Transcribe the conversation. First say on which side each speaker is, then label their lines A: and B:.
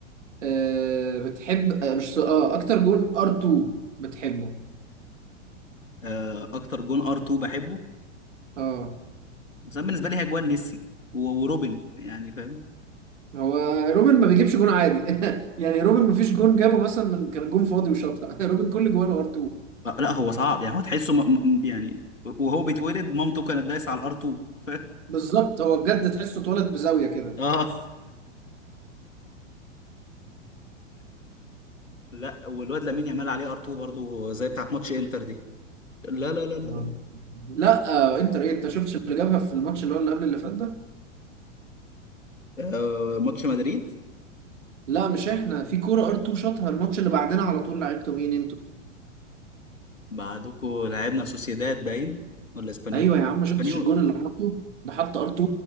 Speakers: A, on the right; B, on the left.
A: آه بتحب آه مش سؤال- اه اكتر جون ار2 بتحبه
B: آه، اكتر جون ار2 بحبه
A: اه
B: مثلا بالنسبه لي هي جوان ميسي و- وروبن يعني فاهم
A: هو روبن ما بيجيبش جون عادي <laughs> يعني روبن ما فيش جون جابه مثلا من كان جون فاضي وشاطها <laughs> روبن كل جوانه ار2
B: لا لا، هو صعب يعني هو تحسه م... م- يعني وهو بيتولد مامته كانت دايسه على الار2 <laughs>
A: بالظبط هو بجد تحسه اتولد بزاوية كده
B: اه لا والواد لامين يامال عليه ار2 برضو زي بتاعت ماتش انتر دي لا لا لا لا
A: آه.
B: لا
A: لا آه انتر ايه انت شفتش اللي جابها في الماتش اللي هو اللي قبل اللي فات ده
B: آه ماتش مدريد
A: لا مش احنا في كورة ار2 شاطها الماتش اللي بعدنا على طول لعبته مين
B: بعدكوا لعبنا سوسيداد باين ولا اسبانيول
A: ايوه يا عم ما شفتش
B: اسبانيول
A: الجون اللي حطه ده حط ار2